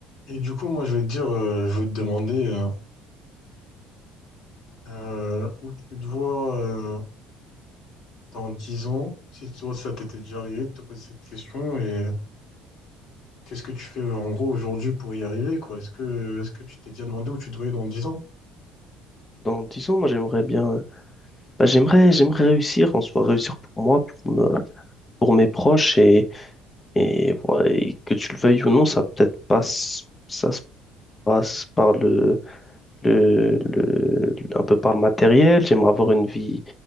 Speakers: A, on the left (about 65°); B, on the left (about 15°).
A: Et du coup, moi, je vais te dire, euh, je vais te demander euh, euh, où tu te vois euh, dans 10 ans, si tu vois ça t'était déjà arrivé de te poser cette question, et qu'est-ce que tu fais euh, en gros aujourd'hui pour y arriver, quoi? Est-ce que est-ce que tu t'es déjà demandé où tu te voyais dans dix ans?
B: Dans 10 ans, moi, j'aimerais bien, euh, bah, j'aimerais, j'aimerais réussir en soi, réussir pour moi, pour me- pour mes proches et, et, voilà, et que tu le veuilles ou non, ça peut-être passe, ça se passe par le, le, le- un peu par le matériel. J'aimerais avoir une vie,